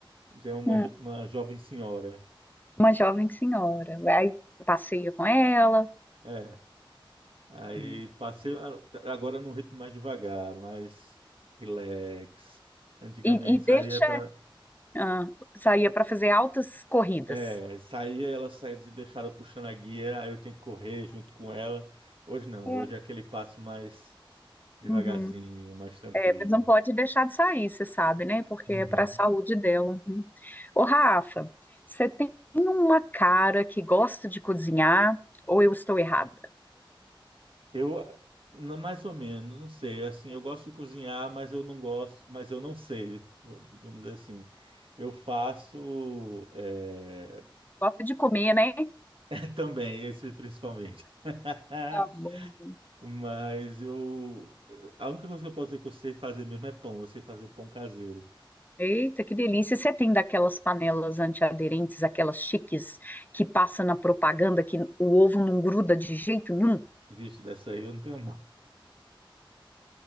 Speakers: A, on the right; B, on the left.
A: Já é uma,
B: Hum,
A: jo- uma jovem senhora.
B: Uma jovem senhora. Aí passeia com ela.
A: É. Aí
B: Hum.
A: passei a- agora num ritmo mais devagar, mais relax. Antigamente
B: E, e
A: saía
B: deixa
A: para
B: Ah, saía para fazer altas corridas.
A: É, saía, ela saía deixada puxando a guia, aí eu tinha que correr junto com ela. Hoje não,
B: É.
A: hoje é aquele passo mais devagarzinho,
B: Uhum.
A: mais tranquilo.
B: É, mas não pode deixar de sair, você sabe, né? Porque
A: Uhum.
B: é para a saúde dela, né? Ô, Rafa, você tem uma cara que gosta de cozinhar ou eu estou errada?
A: Eu, não, mais ou menos, não sei, assim, eu gosto de cozinhar, mas eu não gosto, mas eu não sei, vamos dizer assim. Eu faço, é,
B: Gosta de comer, né?
A: <laughs> também, esse principalmente. <laughs>
B: Tá bom.
A: Mas eu, a única coisa que eu posso dizer que eu sei fazer mesmo é pão, eu sei fazer pão caseiro.
B: Eita, que delícia! E Você tem daquelas panelas antiaderentes, aquelas chiques que passa na propaganda que o ovo não gruda de jeito nenhum?
A: Vixe, dessa aí eu não tenho não.